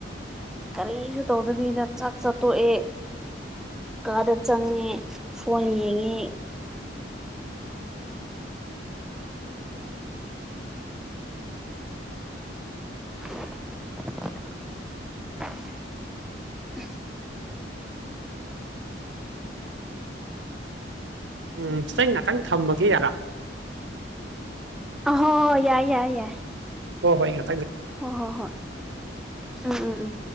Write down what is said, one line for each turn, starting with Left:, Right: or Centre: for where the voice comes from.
Centre: ꯀꯔꯤꯁꯨ ꯇꯧꯗꯕꯤꯅ ꯆꯥꯛ ꯆꯠꯇꯣꯛꯑꯦ ꯀꯥꯗ ꯆꯪꯉꯦ ꯐꯣꯟ ꯌꯦꯡꯉꯦ <unintelligible>
Right: ꯎꯝ ꯏꯁꯩꯆ ꯉꯥꯛꯇꯪ ꯊꯝꯕꯒꯤ ꯑꯔꯥ
Centre: ꯍ ꯌꯥꯏ ꯌꯥꯏ ꯌꯥꯏ
Right: ꯍꯣ ꯍꯣꯏ ꯌꯥ
Centre: ꯍ ꯍꯣ ꯍꯣꯏ ꯎꯝ ꯎꯝ ꯎꯝ